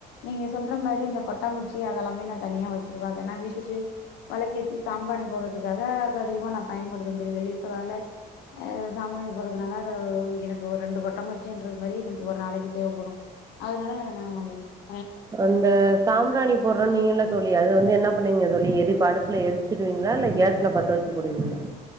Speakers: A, on the left; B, on the right.
A: நீங்க சொல்ற மாரி இந்த கொட்டங்குச்சி அதெல்லாமே நா தனியா வச்சிருவ அத நா வீட்டுக்கு வெளக்கேத்தி சாம்பராணி போடுறதுக்காக அத அதிகமா நா பயன்படுத்துவ தோழி வெள்ளி செவ்வாய்ல ஆ சாம்பராணி போடுறதுனால அது எனக்கு ஒரு ரெண்டு கொட்டங்குச்சின்ற மேரி எனக்கு ஒரு நாளைக்கு தேவைப்படு அதனால அதனா
B: அந்த சாம்ராணி போட்றனீங்கல்ல தோழி அது வந்து என்ன பண்ணீங்க தோழி எடி அடுப்புல எருச்சிருவீங்களா இல்ல கேஸ்ல பத்த வச்சு போடுவீங்களா